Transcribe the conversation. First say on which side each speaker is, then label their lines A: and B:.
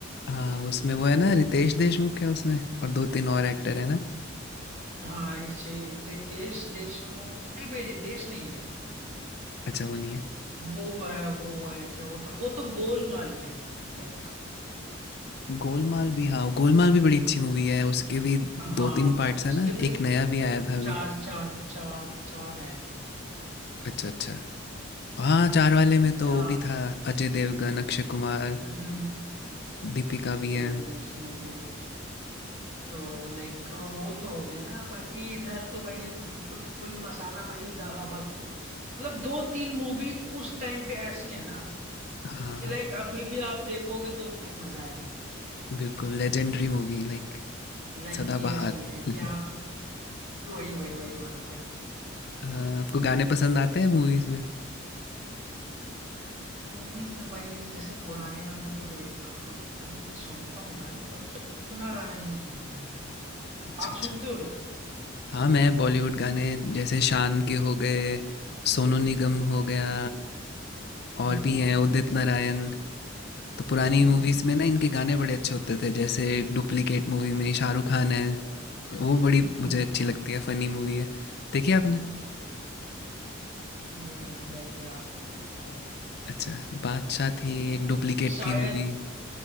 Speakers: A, on the left; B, on the right.
A: हाँ उसमें वो है ना रितेश देशमुख है उसमें और दो तीन और एक्टर है ना
B: हाँ ऋषि- रितेश देशमुख नहीं भाई रितेश नहीं है उसमें
A: अच्छा वो नहीं है
B: वो है वो है क्या बोलते तो वो तो गोलमाल में है लाइक
A: गोलमाल भी हाँ गोलमाल भी बड़ी अच्छी मूवी है उसके भी
B: हाँ
A: दो तीन
B: हाँ
A: पार्ट्स
B: उसके
A: है ना
B: भी
A: एक नया भी आया था अभी
B: चार चार चार चार आई थिंक
A: अच्छा अच्छा हाँ चार वाले में
B: चार
A: तो वो भी था अजय देवगन अक्षय कुमार
B: हम्म
A: दीपिका
B: सभी
A: भी है
B: लोग हैं उसमें भाई तो लाइक वो तो हो गया ना बाकी इधर तो भाई मतलब फुल मसाला भाई द- बाकी मतलब दो तीन मूवी उस टाइम पे ऐसी है ना
A: हाँ,
B: कि लाइक अभी भी आप देखोगे तो उतना ही मजा आएगा
A: बिल्कुल लेजेंडरी मूवी लाइक
B: लाइक
A: सदाबहार
B: ये सीन है कि
A: <laughs>
B: आप वही वही वही बात है
A: अ, आपको गाने पसंद आते हैं मूवीज में
B: मूवीज में भाई जैसे पुराने गाने तो लाइक अभी भी सुनता हूँ मैं बट उतना गाना नहीं सुनता हूँ लाइक
A: अच्छा
B: आप सुनते
A: अच्छा
B: हो लाइक
A: हाँ मैं बॉलीवुड गाने जैसे शान के हो गए सोनू निगम हो गया
B: हम्म
A: और
B: हम्म
A: भी हैं उदित नारायण तो पुरानी
B: हम्म
A: मूवीज में ना इनके गाने बड़े अच्छे होते थे जैसे डुप्लीकेट मूवी में शाहरुख खान है वो बड़ी
B: हम्म
A: मुझे
B: हम्म,
A: अच्छी
B: हम्म,
A: लगती है फनी मूवी है देखी आपने
B: नहीं नहीं भाई याद नहीं मेरे को
A: अच्छा बादशाह थी एक डुप्लीकेट
B: शायद
A: थी मूवी